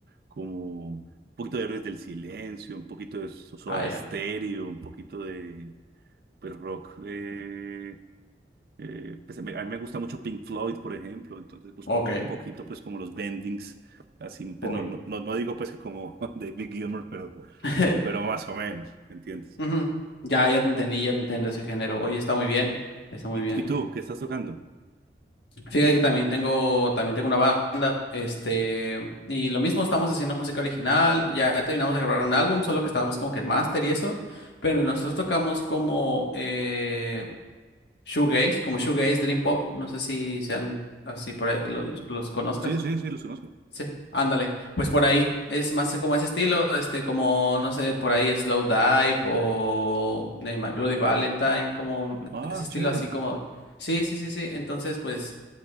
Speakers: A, on the right (about 55°); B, on the left (about 80°).
A: como un poquito de Héroes del Silencio, un poquito de Soda
B: Ah, ya.
A: Stereo, un poquito de pues rock. eh, eh, pues, a mí a mí me gusta mucho Pink Floyd, por ejemplo, entonces busco
B: Ok,
A: hacer un poquito, pues como los bendings, así, pues
B: voy.
A: no, no, no no digo pues que como <laughs> David Gilmour, pero,
B: <laughs>
A: pero, pero más o menos, ¿me entiendes?
B: Ujú. Ya, ya te entendí, ya te entendí ese género. Oye, está muy bien, está muy
A: ¿Y,
B: bien.
A: y tú, qué estás tocando?
B: Fíjate que también tengo, también tengo una banda, este, y lo mismo, estamos haciendo música original, ya terminamos de grabar un álbum, solo que estábamos como que en máster y eso, pero nosotros tocamos como eh, shoegaze, como shoegaze, dream pop, no sé si sean así por ahí, los, los conozcas.
A: Sí, sí, sí, los conozco.
B: Sí, ándale, pues por ahí, es más como ese estilo, este, como, no sé, por ahí Slow Dive o eh, My Bloody Valentine, como
A: Ah,
B: ese
A: chévere.
B: estilo así como, sí, sí, sí, sí, entonces pues...